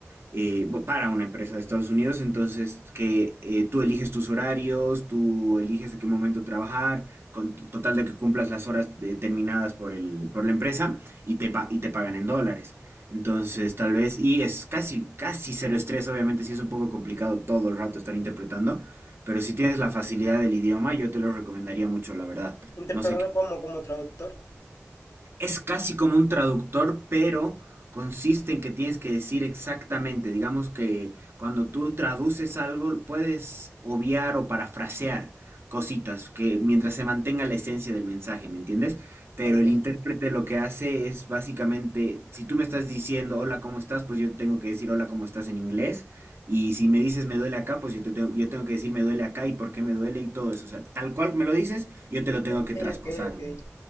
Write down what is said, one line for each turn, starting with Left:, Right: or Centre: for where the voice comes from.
Right: eh, para una empresa de Estados Unidos, entonces que eh, tú eliges tus horarios, tú eliges en qué momento trabajar, con t- total de que cumplas las horas determinadas por el, por la empresa y te, pa- y te pagan en dólares. Entonces, tal vez, y es casi, casi cero estrés, obviamente sí es un poco complicado todo el rato estar interpretando, pero si tienes la facilidad del idioma, yo te lo recomendaría mucho, la verdad.
Left: Interpretando
Right: No sé
Left: como, como traductor.
Right: es casi como un traductor, pero consiste en que tienes que decir exactamente. Digamos que cuando tú traduces algo, puedes obviar o parafrasear cositas que mientras se mantenga la esencia del mensaje, ¿me entiendes? Pero
Left: Ok,
Right: el intérprete lo que hace es básicamente, si tú me estás diciendo hola, ¿cómo estás? Pues yo tengo que decir hola, ¿cómo estás en inglés? Y si me dices me duele acá, pues yo te tengo, yo tengo que decir me duele acá y por qué me duele y todo eso. O sea, tal cual me lo dices, yo te lo tengo
Left: ok,
Right: que traspasar.
Left: ok, ok.
Right: ¿no?